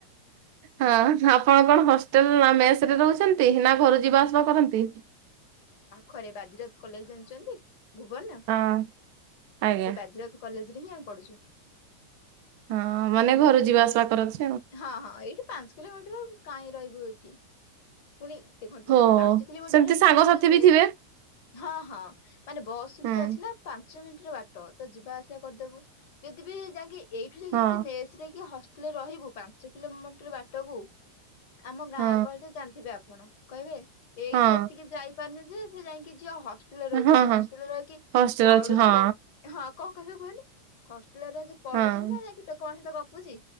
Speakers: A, on the right (about 45°); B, on the left (about 50°).
A: ହଁ ଆପଣ କଣ ହସ୍ ଟେଲ୍ ନାଁ ମେସେରେ ରହୁଚନ୍ତି ନାଁ ଘରୁ ଯିବା ଆସିବା କରନ୍ତି?
B: ହରେ ବାଜି ରାଉତ କଲେଜ ଜାଣିଚନ୍ତି ଭୁବନ?
A: ହଁ ଆଜ୍ଞା
B: ସେ ବାଜି ରାଉତ କଲେଜ ରେ ହିଁ ଆ ପଡୁଚୁ।
A: ହଁ ମାନେ ଘରୁ ଯିବା ଆସିବା କରଚ
B: ହଁ ହଁ ଏଇଠି ପାଞ୍ଚ କିଲୋମିଟର୍ ହବ କାଇଁ ରହିବୁ ଏଠି? ପୁଣି ଦେଖନ୍ତୁ
A: ହୋ
B: ଯଦି ପାଞ୍ଚ କିଲୋମିଟର୍
A: ସେମିତି
B: ହେଇକି
A: ସାଙ୍ଗସାଥି
B: ଯଦି
A: ବି
B: ମେ
A: ଥିବେ
B: ହଁ ହଁ ମାନେ ବସ୍ ସୁବିଧା
A: ହୁଁ
B: ଅଛି ନାଁ ପାଞ୍ଚ ମି ଟିର ବାଟ ତ ଯିବା ଆସିବା କରିଦେବୁ ଯଦି ବି ଯାଇଁକି ଏଇଠୁ ଯେ
A: ହଁ
B: ଯଦି ମେସ୍ ରେ କି ହଷ୍ ଟେଲେ ରହିବୁ ପାଞ୍ଚ କିଲୋମିଟର୍ ବାଟକୁ ଆମ ଗାଁ
A: ହଁ।
B: ଗଳିରେ ଇବେ ଆପଣ କହିବେ ଏଇଠୁ
A: ହଁ
B: ଏତିକି ଯାଇପାରନି ଯେ ସେ ଯାଇଁକି ଝିଅ ହ ଷ୍ଟେଲରେ ରଉଚି
A: ହଁ
B: ହଷ୍ଟେଲରେ
A: ହଁ
B: ରହିକି
A: ହଷ୍ଟେଲ
B: ପଢୁ଼ଚି
A: ଅଛି ହଁ
B: ନାଁ? ହଁ। କଁ କହିବେ କୁହନି ହଷ୍ଟେଲରେ ରହିକି ପଢ଼ୁଚି
A: ହଁ।
B: ନାଁ ଯାଇକି ଟୋକାମାନଙ୍କ ସହିତ ଗପୁଚି